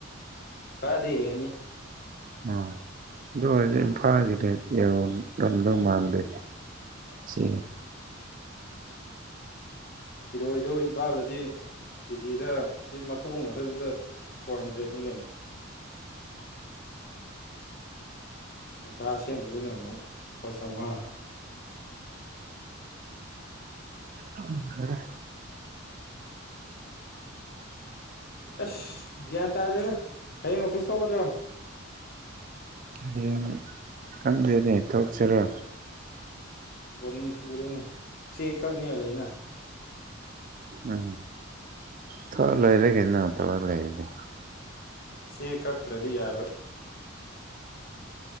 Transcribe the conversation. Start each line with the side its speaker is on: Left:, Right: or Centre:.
Left: ꯈꯔꯗꯤ ꯍꯦꯅꯤ
Right: ꯑꯣ ꯑꯗꯨꯁ ꯏꯝ ꯐꯥꯒꯗꯦ ꯉꯝꯗꯧ ꯃꯥꯟꯗꯦ ꯁꯤ
Left: ꯏꯔꯣꯏꯗꯨꯣ ꯏꯝꯐꯥꯜꯗꯗꯤ ꯀꯦꯖꯤꯗ ꯃꯇ ꯈꯛꯇꯗꯨꯗ ꯐꯣꯔ ꯍꯟꯗ꯭ꯔꯦꯠꯅꯤ ꯀꯩꯅꯣ ꯁꯟꯁ꯭ꯔꯥ ꯑꯁꯦꯡꯕꯗꯨꯅ ꯑꯃꯨꯛ ꯂꯨꯄꯥ ꯆꯥꯝꯃꯉꯥ
Right: ꯑ ꯐꯔꯦ
Left: ꯑꯁ ꯒ꯭ꯌꯥꯟ ꯇꯥꯗꯦꯗ ꯍꯌꯦꯡ ꯑꯣꯐꯤꯁ ꯊꯣꯛꯀꯗ꯭ꯔꯣ
Right: ꯍꯌꯦꯡ ꯈꯟꯖꯔꯤ ꯊꯣꯛꯁꯤꯔꯣ
Left: ꯕꯔꯤꯁꯨ ꯄꯔꯦꯅꯦ ꯁꯤ ꯀꯛꯅꯦ ꯂꯩꯅꯥ
Right: ꯎꯝ ꯊ ꯂ ꯏꯔꯒꯦ ꯅ ꯊꯂꯒ ꯂꯩꯦ
Left: ꯁꯤꯦ ꯀꯥꯛꯇ꯭ꯔꯗꯤ ꯌꯥꯔꯣ